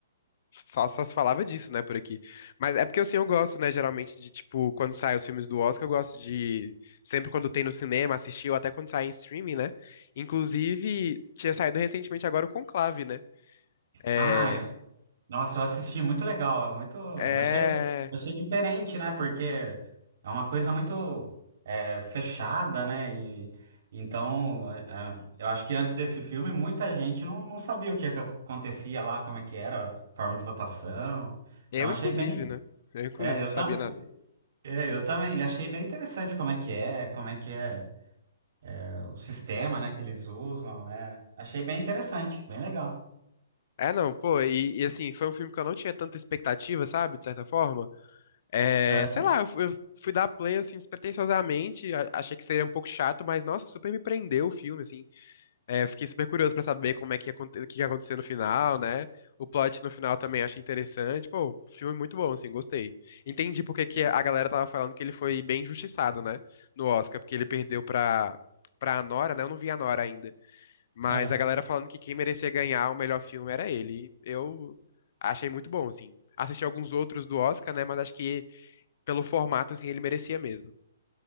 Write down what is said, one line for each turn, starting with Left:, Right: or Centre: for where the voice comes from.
Left: Só, só se falava disso, né, por aqui. Mas é porque, assim, eu gosto, né, geralmente de, tipo, quando saem os filmes do Oscar, eu gosto de, sempre quando tem no cinema, assistir, ou até quando sai em streaming, né? Inclusive, tinha saído recentemente agora o Conclave, né? É...
Right: Ah, Nossa, eu assisti, muito legal, é muito,
Left: É...
Right: achei, achei diferente, né? Porque é uma coisa muito é, fechada, né? E então, é, é, eu acho que antes desse filme muita gente não, não sabia o que ac- acontecia lá, como é que era, a forma de votação.
Left: Eu,
Right: Então achei
Left: inclusive,
Right: bem,
Left: né? Eu, inclusive,
Right: é,
Left: não
Right: eu,
Left: sabia
Right: tam-
Left: nada.
Right: é, eu também achei bem interessante como é que é, como é que é é, o sistema, né, que eles usam. é. achei bem interessante, bem legal.
Left: É, não, pô, e, e, assim, foi um filme que eu não tinha tanta expectativa, sabe, de certa forma. É...
Right: É,
Left: Sei lá, eu, fu- eu fui dar play, assim, despretensiosamente, a- achei que seria um pouco chato, mas, nossa, super me prendeu o filme, assim. É, eu fiquei super curioso pra saber como é que ia, aconte- o que ia acontecer no final, né? O plot no final também achei interessante. Pô, filme muito bom, assim, gostei. Entendi porque que a galera tava falando que ele foi bem injustiçado, né? No Oscar, porque ele perdeu pra, pra Anora, né? Eu não vi a Anora ainda. Mas
Right: é.
Left: a galera falando que quem merecia ganhar o melhor filme era ele. Eu achei muito bom, assim. Assisti alguns outros do Oscar, né? Mas acho que pelo formato, assim, ele merecia mesmo.